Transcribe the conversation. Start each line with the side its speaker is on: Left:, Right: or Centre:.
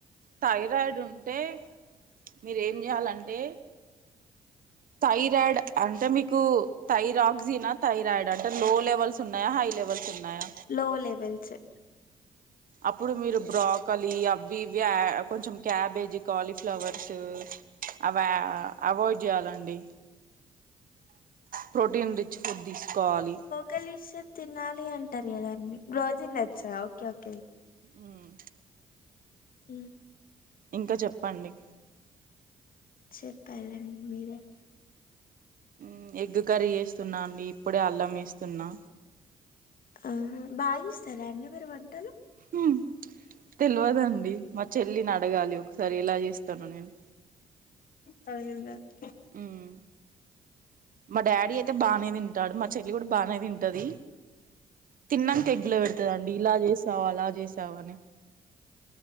Right: థైరాయిడుంటే మీరేం జెయాలంటే థైరాయిడ్ అంటె మీకూ థైరాక్జీన థైరాయిడ అంటే లో లెవల్సున్నయా హై లెవల్సున్నయా
Left: లో లెవెల్సె
Right: అప్పుడు మీరు బ్రాకలీ అవ్వీ ఇవ్వీ కొంచెం క్యాబేజీ కాలీఫ్లవర్సూ అవా అవాయిడ్ జెయాలండి ప్రోటీన్ రిచ్ ఫుడ్ దీసుకోవాలి
Left: కలిషం తినాలి అంటారు కదండి బ్రోజి నట్స ఓకే ఓకే
Right: వ్మ్
Left: హ్మ్
Right: ఇంకా చెప్పండి
Left: చెప్పాలి అండి మీరే
Right: వ్మ్ ఎగ్ కర్రీ ఏస్తున్నా అండి ఇప్పుడే అల్లం ఏస్తున్నా
Left: ఆ బాగా ఇస్తారా అండి మీరు వంటలు
Right: వ్మ్ తెలివదండి మా చెల్లిని అడగాలి ఒకసారి ఎలా చేస్తాను నేను
Left: <unintelligible>
Right: ఉమ్ మా డాడి అయితే బానే తింటాడు మ చెల్లి కూడా బాగానే తింటది తిన్నాంక ఎగ్లో పెడతుదండి ఇలా చేసావు అలా చేస చవని